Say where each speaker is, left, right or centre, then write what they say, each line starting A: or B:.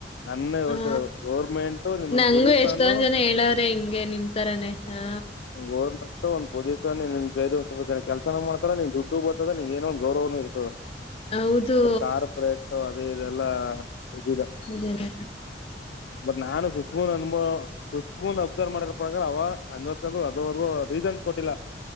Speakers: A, on the left; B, on the left.
A: ನೆನ್ನೆ ಹೇಳ್ತಿರೋದು
B: ಹಾ
A: ಗೋರ್ಮೆಂಟ್ ನಿಮ್
B: ನಂಗೂ
A: ಪೊಸಿಷನ್ನು.
B: ಎಷ್ಟೊಂದ್ ಜನ ಹೇಳವ್ರೆ ಹಿಂಗೆ ನಿಮ್ ತರಾನೇ ಹಾ
A: ಗೌರ್ೆಂಟ್ ಒಂದ ಪೊಸೀಷನ್ನ್ ಕೈ ಸ್ವಲ್ಪ ಜನ ಕೆಲಸನ ಮಾಡ್ತಾರ ನೀನ್ ದುಡ್ಡು. ಇರ್ತದ ನಿಂ ಏನೊಂದು ಗೌರವನ ಇರ್ತದೆ
B: ಹೌದು
A: ಬ ಕಾರ್ಪೊರೇಟ್ ಅದೇ ಇದೆಲ್ಲಾ. ಇದಿಲ್ಲ
B: ನಿದಾನ
A: ಬಟ್ ನಾನು ಸುಷ್ಮಾಅನುಭವ ಸುಷ್ಮಾನಾ ಅಬ್ಸರ್ವ್ ಮಾಡಿರ ಪ್ರಕಾರ ಅವ ಅದುವರೆಗೂ ರೀಸನ್ಸ್ ಕೊಟ್ಟಿಲ್ಲ